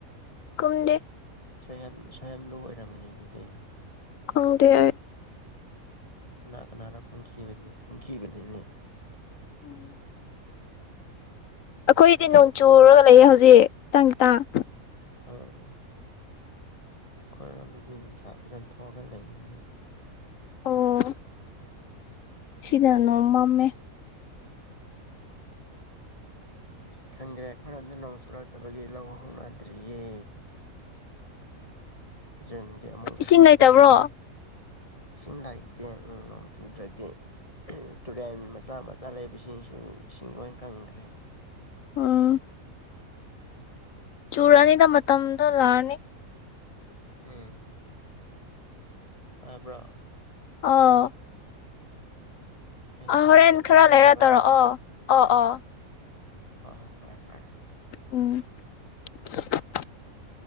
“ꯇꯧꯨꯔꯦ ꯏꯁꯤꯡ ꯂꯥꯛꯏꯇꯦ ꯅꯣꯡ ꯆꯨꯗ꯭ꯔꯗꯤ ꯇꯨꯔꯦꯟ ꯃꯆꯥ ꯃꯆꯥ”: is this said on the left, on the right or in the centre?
Left